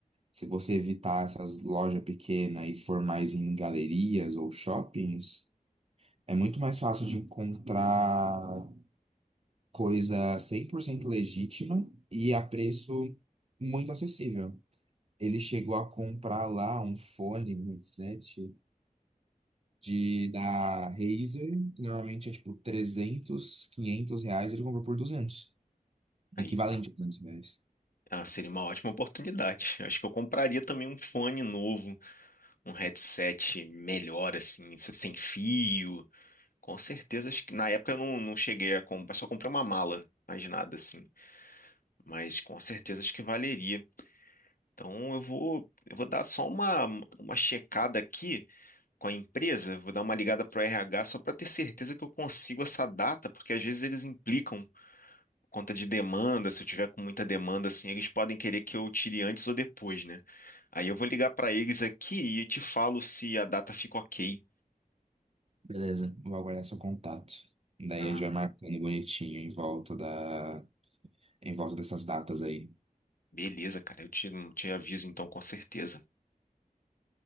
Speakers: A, on the right; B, on the left.
A: Se você evitar essas lojas pequenas e for mais em galerias ou shoppings, é muito mais fácil de encontrar coisa 100% legítima e a preço muito acessível. Ele chegou a comprar lá um fone, um headset de, da Razer, que normalmente é tipo trezentos quinhentos reais, ele comprou por 200
B: Aí.
A: equivalente a 200 reais.
B: Ah, seria uma ótima oportunidade. Eu Acho que eu compraria também um fone novo, um headset melhor, assim, se- sem fio. Com certeza, acho que na época eu não, não cheguei a comprar, só comprei uma mala, mais nada assim. Mas com certeza acho que valeria. Então eu vou, eu vou dar só uma, uma checada aqui com a empresa, vou dar uma ligada pro RH só para ter certeza que eu consigo essa data, porque às vezes eles implicam conta de demanda, se eu tiver com muita demanda, assim, eles podem querer que eu tire antes ou depois, né? Aí eu vou ligar para eles aqui e te falo se a data fica ok.
A: Beleza, vou aguardar seu contato. Daí
B: Ah,
A: a gente vai marcando bonitinho em volta da em volta dessas datas aí.
B: beleza, cara. Eu te, te aviso então, com certeza.